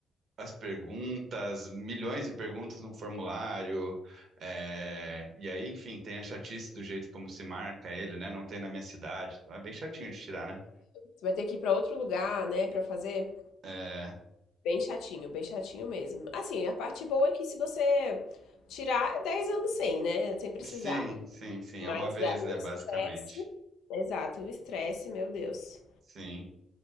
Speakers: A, on the right (about 65°); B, on the left (about 80°).
A: As perguntas, milhões de perguntas no formulário, é, e aí, enfim, tem a chatice do jeito como se marca ele, né? Não tem na minha cidade, então é bem chatinho de tirar, né?
B: Você vai ter que ir para outro lugar, né, para fazer.
A: É,
B: Bem chatinho, bem chatinho mesmo. Assim, a parte boa é que se você tirar 10 anos sem, né? Sem precisar.
A: Sim, sim, sim,
B: Mas
A: é uma vez,
B: ah, o
A: né, basicamente.
B: estresse. Exato, o estresse, meu Deus.
A: Sim.